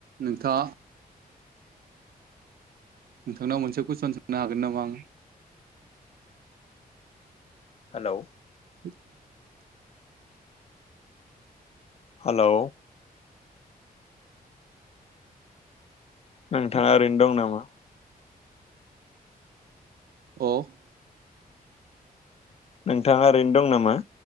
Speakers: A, on the right; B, on the left.
A: नोंथा नोंथांनाव मोनसे कुइसन सोंनो हागोन नामा आं?
B: हेलौ।
A: <inaudible>
B: हेलौ। नोंथाङा ओरैनो दं नामा?
A: अ'।
B: नोंथाङा ओरैनो दं नामा?